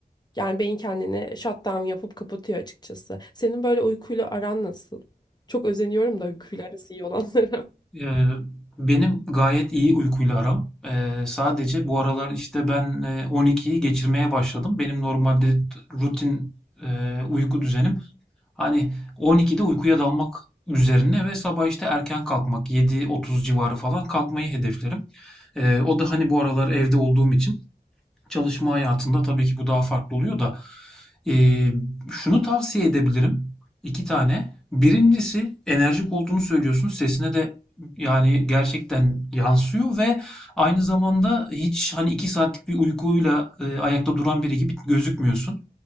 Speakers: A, on the left; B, in the centre.
A: yani beyin kendini shutdown yapıp kapatıyor açıkçası. Senin böyle uykuyla aran nasıl? Çok özeniyorum da uykuyla arası iyi olanlara. <laughs>
B: Ee, benim gayet iyi uykuyla aram. Ee, sadece bu aralar işte ben e, 12'yi geçirmeye başladım. Benim normalde t- rutin e, uyku düzenim hani 12'de uykuya dalmak üzerine ve sabah işte erken kalkmak 7.30 civarı falan kalkmayı hedeflerim. Ee, o da hani bu aralar evde olduğum için Çalışma hayatında tabii ki bu daha farklı oluyor da eee, şunu tavsiye edebilirim. İki tane. Birincisi enerjik olduğunu söylüyorsun. Sesine de yani gerçekten yansıyor ve aynı zamanda hiç hani iki saatlik bir uykuyla e, ayakta duran biri gibi gözükmüyorsun.